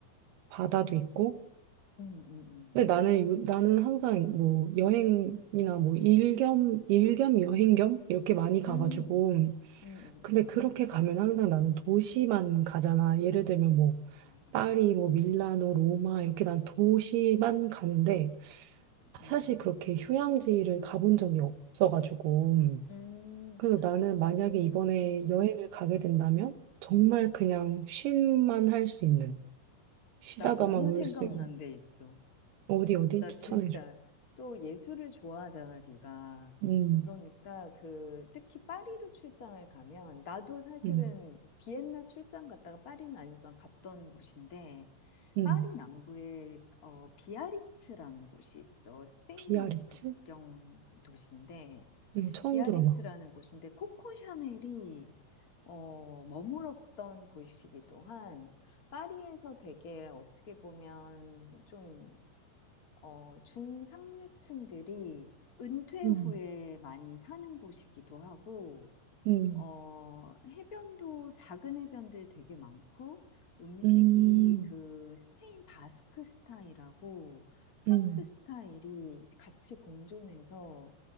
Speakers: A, on the right; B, on the left.
A: 바다도 있고.
B: 음, 음.
A: 근데 나는, 요, 나는 항상 뭐 여행이나 뭐 일겸, 일겸 여행 겸 이렇게 많이 가가지고.
B: 음, 음, 음,
A: 근데 그렇게 가면 항상 나는 도시만 가잖아. 예를 들면 뭐
B: 음. 어,
A: 파리, 뭐 밀라노, 로마 이렇게 난 도시만 가는데
B: 음,
A: 사실 그렇게 휴양지를 가본 적이 없어가지고.
B: 음,
A: 그래서 나는 만약에
B: 음.
A: 이번에 여행을 가게 된다면 정말 그냥 쉼만 할 수 있는 쉬다가만
B: 나 너무
A: 올
B: 생각난
A: 수 있는
B: 데 있어.
A: 어디 어디
B: 나
A: 추천해줘.
B: 진짜 또 예술을 좋아하잖아, 네가.
A: 음,
B: 그러니까 그 특히 파리로 출장을 가면 나도 사실은
A: 음,
B: 비엔나 출장 갔다가 파리는 아니지만 갔던 곳인데
A: 음.
B: 파리 남부에 어 비아리츠라는 곳이 있어. 스페인하고
A: 비아리츠?
B: 국경 도시인데
A: 음, 처음
B: 비아리츠라는
A: 들어봐.
B: 곳인데 코코 샤넬이 어, 머물었던 곳이기도 한 파리에서 되게 어떻게 보면 좀 어, 중상류층들이 은퇴
A: 음,
B: 후에 많이 사는 곳이기도 하고
A: 음,
B: 어, 해변도 작은 해변들 되게 많고 음식이
A: 음,
B: 그 스페인 바스크 스타일하고 프랑스
A: 음.
B: 스타일이 같이 공존해서